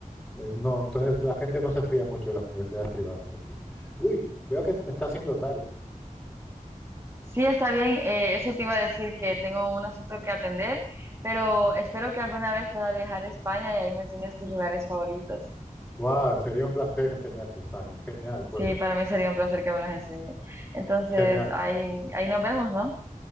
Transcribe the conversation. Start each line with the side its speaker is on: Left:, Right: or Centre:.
Centre: eh, no, entonces la gente no se fía mucho de las universidades privadas aquí. Uy, veo que se me está haciendo tarde.
Right: Sí, está bien, eh, eso te iba a decir que tengo un asunto que atender, pero espero que alguna vez pueda viajar a España y ahí me enseñes tus lugares favoritos.
Centre: Guau, sería un placer enseñarte España. Genial, pues.
Right: Sí, para mí sería un placer que me las enseñes. Entonces,
Centre: Genial.
Right: ahí, ahí nos vemos, ¿no?